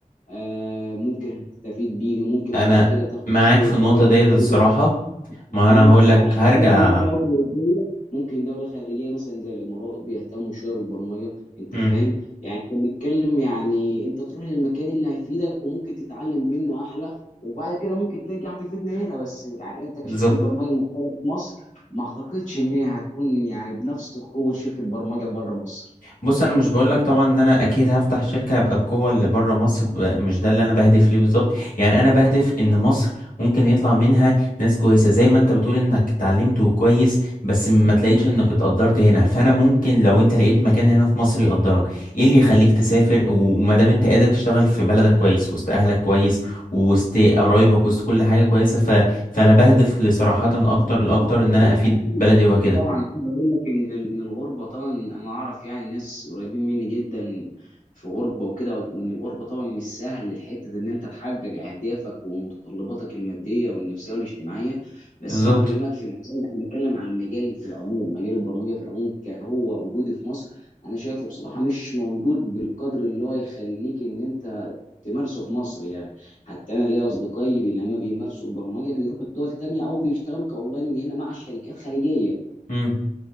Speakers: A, on the left; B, on the left.
A: آه ممكن هتستفيد بيه وممكن
B: انا
A: بعد كده تاخد
B: معاك
A: خبرة
B: في النقطة
A: بره
B: ديت
A: دي
B: الصراحة
A: وترجع
B: ما
A: فاهم
B: انا هقول لك
A: يعني حتى
B: هرجع
A: لو مش دوله اوروبيه ممكن دوله خليجيه مثلا زي الامارات بيهتموا شويه بالبرمجه انت
B: مم.
A: فاهم يعني احنا بنتكلم يعني انت تروح للمكان اللي هيفيدك وممكن تتعلم منه احلى وبعد كده ممكن ترجع تفيدنا هنا بس يعني انت كشركه
B: بالظبط
A: برمجه محترمه في مصر ما اعتقدش ان هي هتكون يعني بنفس قوه شركه برمجه بره مصر
B: بص انا مش بقولك طبعا ان انا اكيد هفتح شركه هبقى بقوه اللي بره مصر ب- مش ده اللي انا بهدف ليه بالظبط يعني انا بهدف ان مصر ممكن يطلع منها ناس كويسه زي ما انت بتقول انك اتعلمت وكويس بس ما تلاقيش انك اتقدرت هنا فانا ممكن لو انت لقيت مكان هنا في مصر يقدرك ايه اللي يخليك تسافر وما دام انت قادر تشتغل في بلدك كويس وسط اهلك كويس وسط قرايبك وسط كل حاجه كويسه ف... فانا بهدف لصراحه اكتر لاكتر
A: طبعا
B: ان انا
A: اكيد
B: افيد
A: اكيد
B: بلدي وهكده
A: طبعا عايز اقول لك ان ان الغربه طبعا انا اعرف يعني ناس قريبين مني جدا في غربه وكده وان الغربه طبعا مش سهل الحته ان انت تحقق اهدافك ومتطلباتك الماديه والنفسيه والاجتماعيه بس
B: بالظبط
A: انا بكلمك في مجال انا بتكلم عن المجال في العموم مجال البرمجه في العموم كهو وجودي في مصر انا شايفه بصراحه مش موجود بالقدر اللي هو يخليك ان انت تمارسه في مصر يعني حتى انا ليا اصدقائي بي- لما بيمارسوا البرمجه بيروحوا الدول تانية او بيشتغلوا كاونلاين من هنا مع شركات خارجيه
B: مم.